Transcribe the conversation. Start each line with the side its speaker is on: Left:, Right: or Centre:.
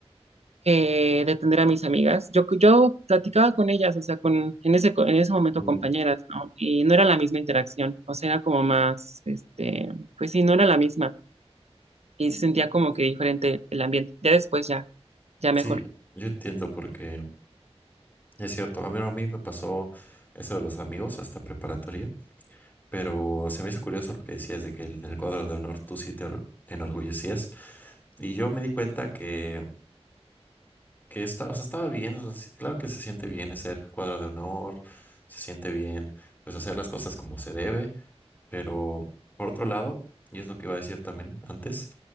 Right: eh, de atender a mis amigas. Yo, yo platicaba con ellas, o sea, con, en ese, en ese momento
Left: mm.
Right: compañeras, ¿no? Y no era la misma interacción, o sea, era como más, este, pues sí, no era la misma. Y se sentía como que diferente el ambiente. Ya después, ya, ya
Left: Sí,
Right: mejor.
Left: yo entiendo porque Es cierto, a mí, a mí me pasó eso de los amigos hasta preparatoria, pero se me hizo curioso lo que decías de que en el cuadro de honor tú sí te or- enorgullecías. Y yo me di cuenta que, que esta- o sea, estaba bien, o sea, sí, claro que se siente bien ser cuadro de honor, se siente bien, pues hacer las cosas como se debe, pero por otro lado, y es lo que iba a decir también antes,